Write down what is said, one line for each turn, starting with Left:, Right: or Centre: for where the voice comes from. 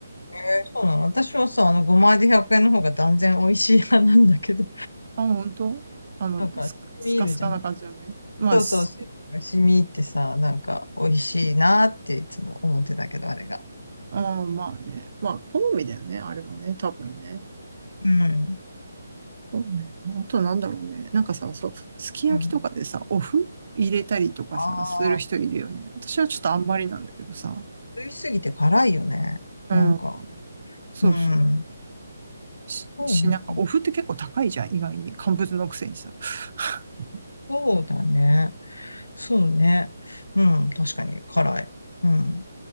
Left: えーそうなの。私はさ、あの、5枚で100円の方が断然美味しい派なんだけど、
Right: あ、本当あの、
Left: <laughs> なんか、
Right: スカスカスカな感じよね。
Left: 染み入るじゃん。
Right: まあ、
Left: そうそう、
Right: す、
Left: スープが染み入ってさ、なんか、美味しいなっていつも思ってたけど、あれが。
Right: あー、まあね。まあ、好みだよね、あれはね、多分ね。
Left: うん。
Right: そうね。あとなんだろうね。なんかさ、そう、すき焼きとかでさ、
Left: うん。
Right: お麩入れたりとかさ、
Left: ああ、
Right: する人いるよね。私はちょっとあんまりなんだけどさ。
Left: 食いすぎて辛いよね。
Right: うん、
Left: なんか、
Right: そうそう。
Left: うん。
Right: し、
Left: そうね、
Right: し、なんか、お麩って結構高いじゃん、意外に。乾物のくせにさ。<laughs>
Left: そうだね。そうね。うん、確かに辛い。うん。